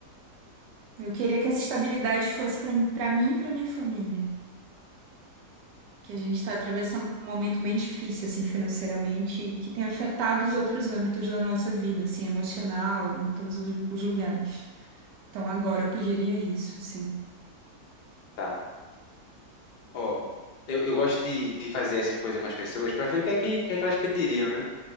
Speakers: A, on the right; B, on the left.
A: Eu queria que essa estabilidade fosse pra para mim e pra minha família. que a gente está atravessando um momento bem difícil, assim, financeiramente, e que tem afetado os outros âmbitos da nossa vida, assim, emocional, em todos os os lugares. Então, agora eu pediria isso, assim.
B: Tá, Ó, eu, eu gosto de, de fazer essas coisas com as pessoas para ver o que é que, o que é que elas pediriam, né?